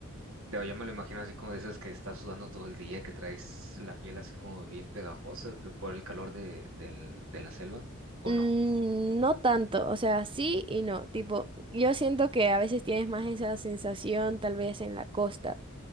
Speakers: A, on the right; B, on the right.
A: Yo ya me lo imagino así como de esas que estás sudando todo el día, que traes la piel así como bien pegajosa de- por el calor de, del- de la selva, ¿o
B: mm,
A: no?
B: no tanto, o sea, sí y no. Tipo, yo siento que a veces tienes más esa sensación tal vez en la costa.